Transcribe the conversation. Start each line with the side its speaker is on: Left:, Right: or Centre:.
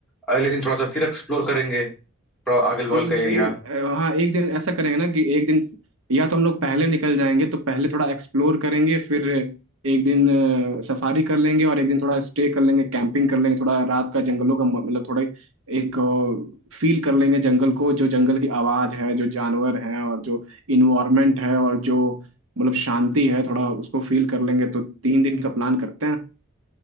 Centre: अगले दिन थोड़ा सा फिर एक्सप्लोर करेंगे थोड़ा अगल बगल
Right: और
Centre: का एरिया
Right: एक हाँ एक दिन ऐसा करेंगे ना कि एक दिन स- या तो हम लोग पहले निकल जाएंगे तो पहले थोड़ा एक्सप्लोर करेंगे फिर एक दिन अ, सफारी कर लेंगे और एक दिन थोड़ा स्टे कर लेंगे कैंपिंग कर लेंगे थोड़ा रात का जंगलों का म- मतलब थोड़ा एक फील कर लेंगे जंगल को जो जंगल की आवाज़ है जो जानवर हैं और जो इन्वायरमेंट है और जो मतलब शांति है थोड़ा उसको फील कर लेंगे तो तीन दिन का प्लान करते हैं